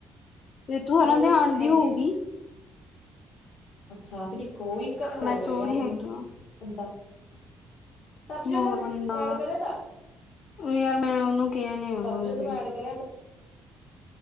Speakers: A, on the left; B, on the left.
A: ਰਿਤੂ ਹੋਰਾਂ
B: ਮਤਲਬ
A: ਦੇ ਆਉਣ ਦੀ
B: ਹੈਗੀ
A: ਹੋਊਗੀ
B: ਆ ਅੱਛਾ ਫਿਰ ਇੱਕ ਉਹੀ ਘਰੇ ਹੋਰ
A: ਮੈਂ
B: ਰਹਿ
A: ਚੋਰ
B: ਗਿਆ ਯਾਰ
A: ਹੀ
B: ਹੁਣਾ
A: ਹੈਗੀ ਆ
B: ਬੰਦਾ <unintelligible> ਪ੍ਰਭਜੋਤ
A: ਹੋਰ ਬੰਦਾ
B: ਪਾਠ ਕਰੇਗਾ
A: ਯਾਰ ਮੈਂ ਉਹਨੂੰ ਕਿਹਾ ਨੀ ਹੈਗਾ
B: ਪ੍ਰਭਜੋਤ
A: ਹਜੇ
B: ਤੈਨੂੰ ਐਡ ਕਰਿਆ ਤਾਂ